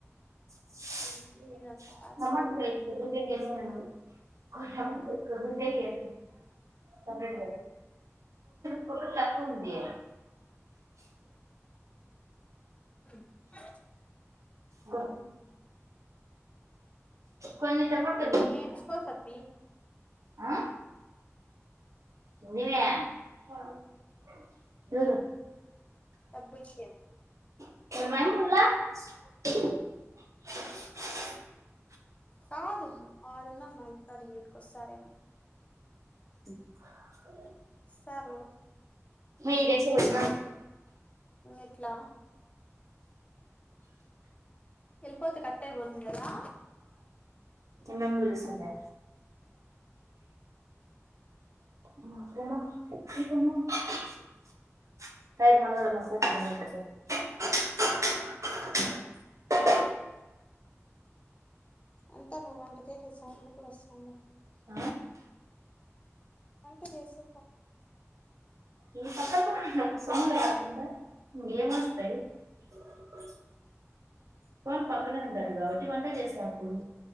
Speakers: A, on the right (about 75°); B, on the left (about 25°).
A: వేసేదినా
B: ఇదంత పాటు
A: <unintelligible> <inaudible> కొబరి కొబిరి తక్కువ ఉంది.
B: <unintelligible>
A: కొ కొన్ని టమాటా
B: నేర్చుకో సత్తి
A: ఆ ఏమి ఎవరు?
B: డబ్బు విషయం
A: <inaudible>
B: కాదు ఆడున్నారు మాఇంటికాడ ఈటికివస్తారేమో
A: <unintelligible>
B: సారు
A: ఈ
B: ఏమి
A: డేస్
B: లేదు
A: పెట్టినా
B: ఎట్లా ఎల్లిపోతే కట్ అయిపోతుంది కదా
A: ఏమీ మీ అమ్మ పిలుస్తుంది <inaudible> <unintelligible> <unintelligible>
B: అంతా నువ్వు వంట చేసే సౌండ్ కూడా వస్తుంది.
A: అ
B: వంటి చేసి
A: ఈ సంకల్ప సమ్మకుంద ఏంస్తాయి <unintelligible> ఫోన్ పక్కనే ఉంటది కాబట్టి వంట చేసేప్పుడు